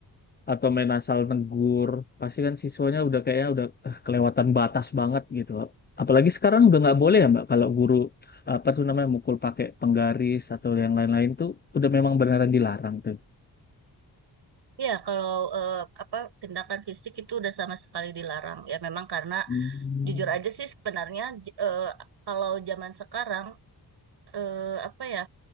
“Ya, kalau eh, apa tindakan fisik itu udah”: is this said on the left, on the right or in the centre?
Right